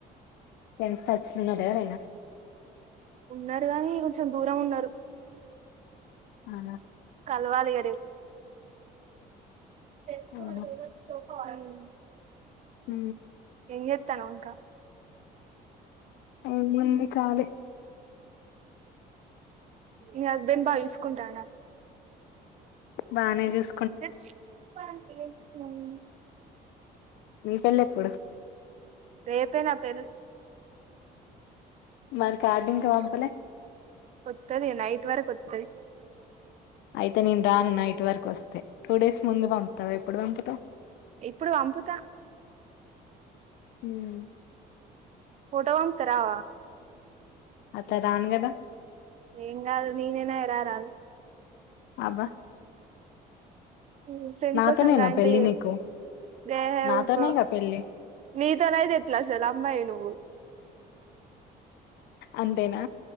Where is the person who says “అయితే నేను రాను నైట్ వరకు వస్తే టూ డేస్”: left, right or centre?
Left